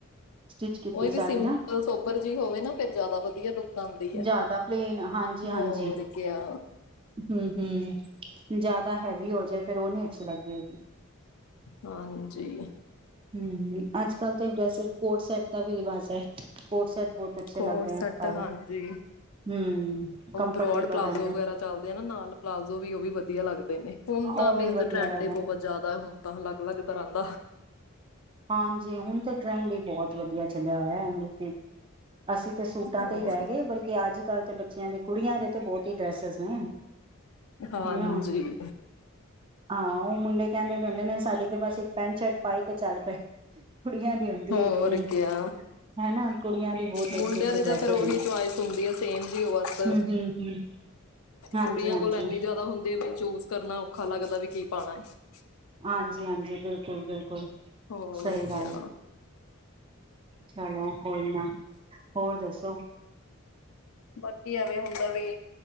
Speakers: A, on the right; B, on the left.
A: ਸਟਿਚ ਕੀਤੀ
B: ਉਹੀ
A: ਸਾੜੀ
B: ਵੀ, ਸਿੰਪਲ
A: ਨਾ
B: ਸੋਬਰ ਜਿ ਹੋਵੇ ਨਾ, ਫਿਰ ਜ਼ਿਆਦਾ ਵਧੀਆ ਲੁੱਕ ਆਂਦੀ ਆ
A: ਜ਼ਿਆਦਾ ਪਲੇਨ ਹਾਂਜੀ ਹਾਂਜੀ
B: ਹੋਰ ਕਿਆ
A: ਹਮ ਹਮ ਜ਼ਿਆਦਾ ਹੈਵੀ ਹੋ, ਜੇ ਫੇਰ ਉਹ ਨੀ ਅੱਛੀ ਲੱਗਦੀ ਹੈਗੀ
B: ਹਾਂਜੀ।
A: ਹਮ, ਅੱਜ ਕਲ ਤੇ, ਵੈਸੇ, ਕੋਟ- ਸੈਟ ਵੀ ਰਵਾਜ਼ ਐ, ਕੋਟ ਸੈਟ ਬਹੁਤ ਅੱਛੇ
B: ਕੋਟ
A: ਲੱਗਦੇ
B: ਸੇਟ,
A: ਹੈ ਪਾਏ
B: ਹਾਂਜੀ।
A: ਹਮ ਕੰਫਰਟੇਬਲ
B: ਬਰੌਡ ਪਲਾਜ਼ੋ
A: ਰਹਿੰਦੇ
B: ਵਗੈਰਾ ਚਲਦੇ ਆ, ਨਾ ਨਾਲ ਪਲਾਜ਼ੋ ਵੀ ਉਹ ਵੀ ਵਧੀਆ ਲੱਗਦੇ ਨੇ, ਹੁਣ ਤਾ
A: ਉਹ ਵੀ
B: ਮੀਨਜ
A: ਵਧੀਆ
B: ਟਰੇੰਡ
A: ਲੱਗਦਾ
B: ਐ, ਬਹੁਤ ਜਿਆਦਾ ਹੁਣ ਤ, ਅਲਗ- ਅਲਗ ਤਰਾਂ ਦਾ।
A: ਹਾਂਜੀ। ਹੁਣ ਤਾਂ, ਟ੍ਰੈਂਡ ਵੀ ਬਹੁਤ ਵਧੀਆ ਚਲਿਆ ਹੋਯਾ, ਮਤਲਬ! ਅਸੀਂ ਤੇ ਸੂਟਾਂ
B: ਹੋਰ
A: ਤੇ, ਹੀ ਰਹਿ ਗਏ ਬਲਕਿ ਅੱਜ- ਕੱਲ ਤੇ ਬੱਚਿਆਂ ਦੇ, ਕੁੜੀਆਂ ਦੇ, ਤੇ ਬਹੁਤ ਹੀ ਡਰੈਸਿਸ ਨੇ
B: ਹਾਂਜੀ,
A: ਹਨਾ ਹਾਂ, ਉਹ ਮੁੰਡੇ ਕਹਿੰਦੇ ਰਹਿੰਦੇ ਨੇ ਸਾਡੇ ਤੇ, ਬਸ ਇੱਕ ਪੈਂਟ ਸ਼ਰਟ ਪਾਈ ਤੇ ਚੱਲ ਪਏ। ਕੁੜੀਆਂ ਦੀ ਹੁੰਦੀ
B: ਹੋਰ
A: ਹੈ ਇੱਕੋ ਹੀ
B: ਕਿਆ,
A: ਹਨਾ ਕੁੜੀਆਂ ਦੀ ਬਹੁਤ
B: ਮੁੰਡਿਆਂ
A: ਅੱਛੀ ਅੱਛੀ
B: ਦੀ
A: ਡਰੈਸਿਸ
B: ਤਾਂ ਫੇਰ ਉਓਹੀ
A: ਹੁੰਦੀ
B: ਚੁਆਇਸ ਹੁੰਦੀ ਆ, ਸੇਮ ਜੀ ਉਹ ਬਸ।
A: ਹੂੰ ਹੂੰ ਹੂੰ ਹਾਂਜੀ
B: ਕੁੜੀਆਂ
A: ਹਾਂਜੀ
B: ਕੋਲ, ਐਨੀ ਜਿਆਦਾ ਹੁੰਦੀ ਬ ਚੂਜ ਕਰਨਾ ਔਖਾ ਲੱਗਦਾ, ਵੀ ਕੀ ਪਾਣਾ ਹੈ।
A: ਹਾਂਜੀ -ਹਾਂਜੀ -ਬਿਲਕੁਲ। ਬਿਲਕੁਲ।
B: ਹੋਰ
A: ਸਹੀ ਗੱਲ
B: ਕਿਆ
A: ਆ, ਚਲੋ ਕੋਈ ਨਾ ਹੋਰ, ਦੱਸੋ?
B: ਬਾਕੀ ਐਵੇਂ ਹੁੰਦਾ ਵੀ